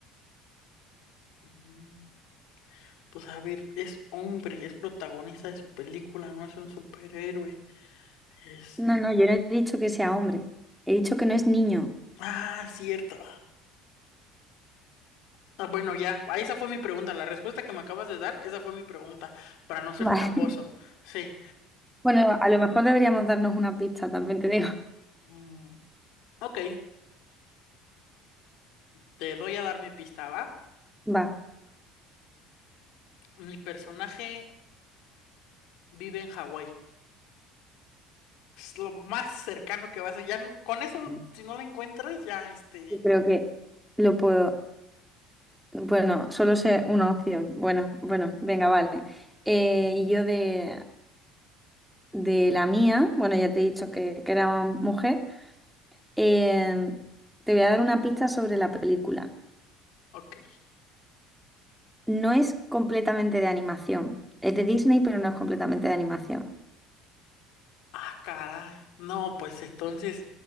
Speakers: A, on the left; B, in the centre.
A: Mm, Pues a ver, es hombre, es protagonista de su película, no es un superhéroe. Es...
B: No, no, yo no he dicho que sea hombre. He dicho que no es niño.
A: Ah, cierto. Ah, bueno, ya, ah, esa fue mi pregunta. La respuesta que me acabas de dar, esa fue mi pregunta, para no ser
B: Vale.
A: tramposo.
B: <laughs>
A: Sí.
B: Bueno, a lo mejor deberíamos darnos una pista, también te digo.
A: Mm, Ok, te doy a dar mi pista, ¿va?
B: Va,
A: Mi personaje vive en Hawái. Es lo más cercano que vas a... Ya, no- con eso,
B: yo
A: si no lo encuentras, ya, este...
B: creo que lo puedo. Bueno, solo sé una opción. Bueno, bueno, venga, vale. Eh, y yo de de la mía, bueno, ya te he dicho que, que era mujer, eh, te voy a dar una pista sobre la película.
A: Ok.
B: No es completamente de animación, es de Disney, pero no es completamente de animación.
A: Ah, caray. No, pues entonces